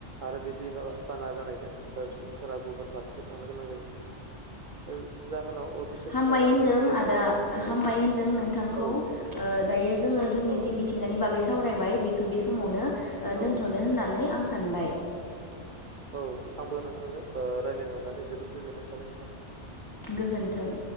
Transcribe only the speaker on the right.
आरो बे दै बा बा बाना जानायजों ओ सुबुंफोरा गुबुन फारसे थांनो गोनां जायो। ओ जाहोनाव ओ बिसोरनि
थाग्रा
न' जायगाफोरा
दैजों
औ
औ
औ
औ
औ औ आंबो नोंथांजों रायलायनो मोननानै जोबोद गोजोननाय थाबाय नोंथां।